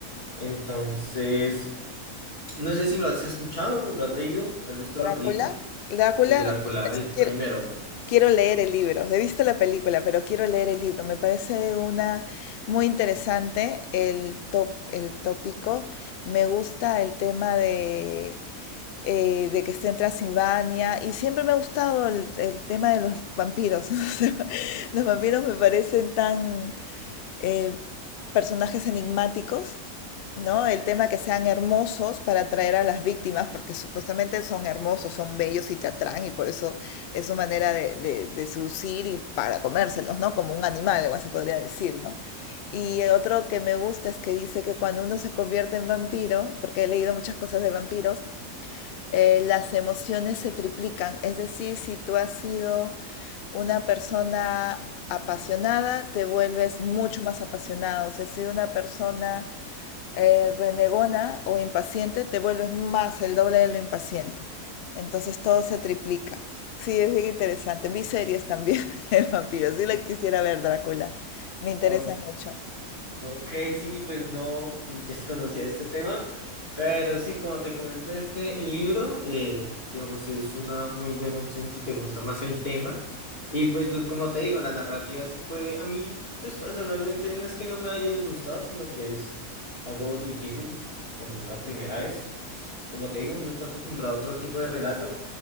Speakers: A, on the left; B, on the left.
A: Entonces, no sé si lo has escuchado, lo has leído, has visto
B: Drácula.
A: la película.
B: Drácula,
A: Sí, Drácula,
B: es-
A: el
B: quiero,
A: primero.
B: quiero leer el libro. He visto la película, pero quiero leer el libro. Me parece una muy interesante el top, el tópico. Me gusta el tema de eh, de que esté en Transilvania. Y siempre me ha gustado el, el tema de los vampiros. <laughs> O sea, Los vampiros me parecen tan eh, personajes enigmáticos, ¿no? El tema que sean hermosos para atraer a las víctimas, porque supuestamente son hermosos, son bellos y te atraen, y por eso es su manera de, de, de seducir y para comérselos, ¿no? Como un animal, igual se podría decir, ¿no? Y otro que me gusta es que dice que cuando uno se convierte en vampiro, porque he leído muchas cosas de vampiros, eh, las emociones se triplican. Es decir, si tú has sido una persona apasionada, te vuelves mucho más apasionado. Si has sido una persona eh, renegona o impaciente, te vuelves más el doble de lo impaciente. Entonces todo se triplica. Sí, es bien interesante. Vi series también <laughs> de vampiros. Sí la quisiera ver, Drácula. Me interesa
A: Ok,
B: mucho.
A: Ok, sí, pues no <laughs> desconocía este tema, pero sí, como te comento, este libro, eh, digamos, es una muy buena opción si te gusta más el tema. Y pues, lo- como te digo, la narrativa sí puede, a mí, pues personalmente no es que no me haya disgustado, sino que es algo difícil, como una primera vez. Pues, Como te digo, no está acostumbrado a otro tipo de relato,